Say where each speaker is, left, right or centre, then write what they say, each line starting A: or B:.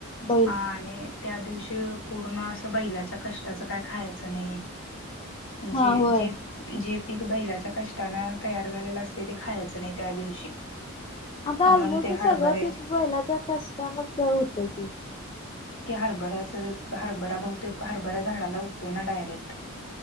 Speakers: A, on the left; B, on the left.
A: बैल
B: हा आणि त्या दिवशी पूर्ण असं बैलाच्या कष्टाचं काय खायचं नाही
A: हा
B: जे
A: होय
B: -जे- जे पिक बैलाच्या कष्टानं तयार झालेलं असतय ते खायचं नाही त्या दिवशी
A: आता
B: म्हणून
A: ऑलमोस्ट
B: ते
A: सगळं
B: हरभऱ्याचे
A: पीक बैलाच्या कष्टानच होतंय की
B: हरभरा हरभरा बहुतेक हरभरा झाडाला उगतोय ना डायरेक्ट.